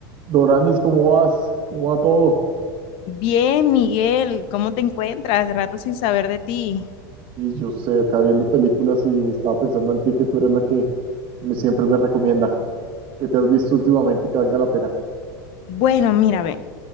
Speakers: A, on the right; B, on the left.
A: Doranis, ¿cómo vas? ¿Cómo va todo?
B: Bien, Miguel, ¿cómo te encuentras? Rato sin saber de ti.
A: Y yo sé, acá viendo películas y estaba pensando en ti, que tú eres la que me- siempre me recomienda. ¿Qué te has visto últimamente que valga la pena?
B: Bueno, mira, ve,